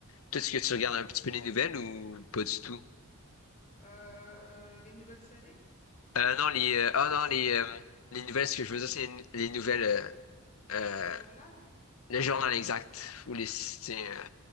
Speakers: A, on the left; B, on the left.
A: Tout ce
B: ok.
A: que tu regardes un petit peu les nouvelles ou pas du tout?
B: Euh, les nouvelles séries?
A: Euh, non, les, euh, ah non, les, euh, les nouvelles, ce que je veux dire, c'est les, les nouvelles, euh,
B: Les
A: euh,
B: jo- le journal?
A: le journal exact ou les, c'est, euh,